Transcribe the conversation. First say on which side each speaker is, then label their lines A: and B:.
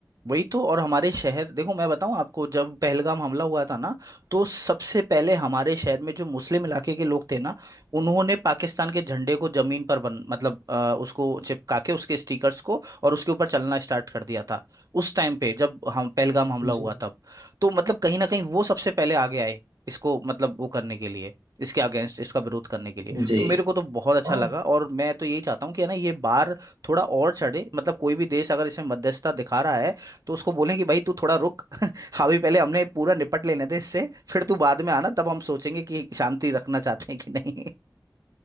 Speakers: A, on the right; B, on the right.
A: वही तो और हमारे शहर देखो मैं बताऊं आपको जब पहलगाम हमला हुआ था ना तो सबसे पहले हमारे शहर में जो मुस्लिम इलाके के लोग थे ना उन्होंने पाकिस्तान के झंडे को जमीन पर बन मतलब अ, उसको चिपका के उसके स्टिकर्स को और उसके ऊपर चलना स्टार्ट कर दिया था उस टाइम पे जब हम पहलगाम हमला
B: जी
A: हुआ तब तो मतलब कहीं ना कहीं वो सबसे पहले आगे आए इसको मतलब वो करने के लिए इसके अगेंस्ट इसका विरोध करने के लिए
B: जी
A: तो मेरे को तो बहुत अच्छा
B: हाँ
A: लगा और मैं तो यही चाहता हूँ कि है ना ये बार थोड़ा और चढ़े मतलब कोई भी देश अगर इसमें मध्यस्थता दिखा रहा है तो उसको बोलें कि भाई तू थोड़ा रुक <laughs> अभी पहले हमने पूरा निपट लेने दे इससे फिर तू बाद में आना तब हम सोचेंगे कि शांति रखना चाहते हैं कि नहीं